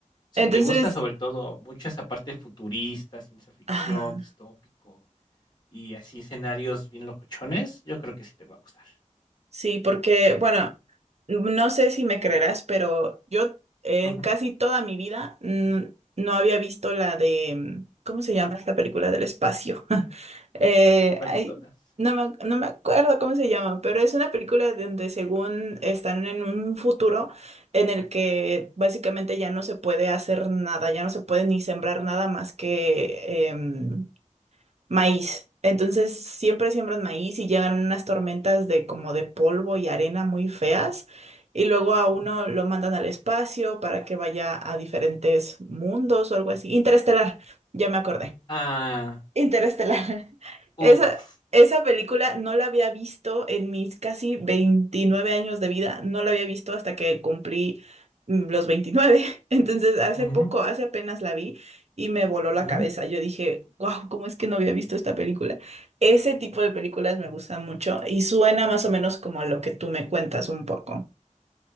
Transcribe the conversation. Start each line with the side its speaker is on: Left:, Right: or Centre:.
Left: si
Right: Entonces,
Left: te gusta sobre todo mucho esa parte futurista, ciencia ficción,
Right: ajá,
Left: distópico, y así escenarios bien locochones, yo creo que sí te va a gustar.
Right: sí, porque, bueno, no sé si me creerás, pero yo en
Left: Ujú.
Right: casi toda mi vida mm, no había visto la de, mm, ¿cómo se llama esta película del espacio? <laughs> Eh,
Left: ¿Cuál
Right: ay,
Left: de todas?
Right: no me, ac- no me acuerdo cómo se llama, pero es una película donde según están en un futuro en el que básicamente ya no se puede hacer nada, ya no se puede ni sembrar nada más que... em, maíz. Entonces siempre siembran maíz y llegan unas tormentas de como de polvo y arena muy feas. Y luego a uno
Left: Ujú.
Right: lo mandan al espacio para que vaya a diferentes mundos o algo así. Interestelar, ya me acordé.
Left: Ah,
Right: Interestelar. <laughs>
Left: uff.
Right: Esa, esa película no la había visto en mis casi 29 años de vida, no la había visto hasta que cumplí mm, los veintinueve, <laughs> Entonces, hace
Left: Ujú,
Right: poco, hace apenas la vi y me voló la
Left: ujú.
Right: cabeza. Yo dije, wow, ¿cómo es que no había visto esta película? Ese tipo de películas me gustan mucho y suena más o menos como a lo que tú me cuentas un poco.